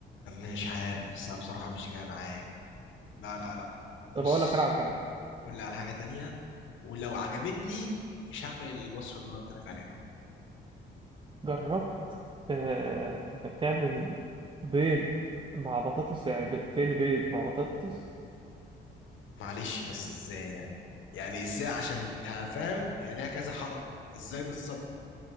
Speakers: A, on the left; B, on the right.
A: أنا مش عارف بس انا بصراحه مش جايه معايا لا لا لا بص
B: طب اقول لك انا على حاجه
A: قول لي على حاجه تانية ولو عجبتني مش هعمل الوصفه اللي انا قلت لك عليها
B: جربت آه، انك تعمل بيض مع بطاطس يعني بتقلي بيض مع بطاطس
A: معلش بس ازاي يعني يعني ازاي عشان آه، فاهم هي لها كذا حركه فازاي بالظبط